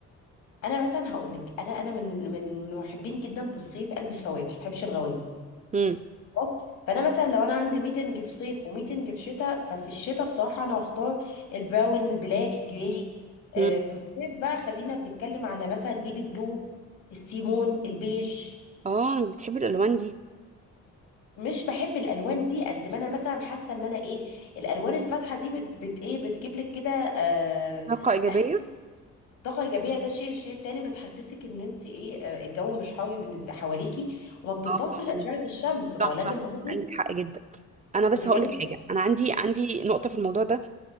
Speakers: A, on the left (about 85°); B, on the right (about 25°).
A: انا مثلا هقول لك انا انا من من من محبين جدا في الصيف البس فواتح ما بحبش الغوامق
B: امم
A: خلاص فانا مثلا لو انا عندي ميتنج في صيف وميتنج في شتاء ففي الشتاء بصراحه انا هختار البراون البلاك جراي آه،
B: امم
A: في الصيف بقى خلينا بنتكلم على مثلا البيبي بلو السيمون البيج
B: اه انت بتحبي الالوان دي
A: مش بحب الالوان دي قد ما انا مثلا حاسه ان انا ايه الالوان الفاتحه دي بت, بت ايه بتجيب لك كده آه
B: طاقه ايجابيه
A: إح- طاقه ايجابيه ده شيء الشيء التاني بتحسسك ان انت ايه آه، الجو مش حر بالنسبه حواليكي وما بتمتصش
B: اه آه.
A: اشعه الشمس ما
B: صح
A: هو لازم
B: صح
A: برضه
B: صح. عندك حق جدا انا بس
A: خدي
B: هقول
A: بالك
B: لك حاجه انا عندي عندي نقطه في الموضوع ده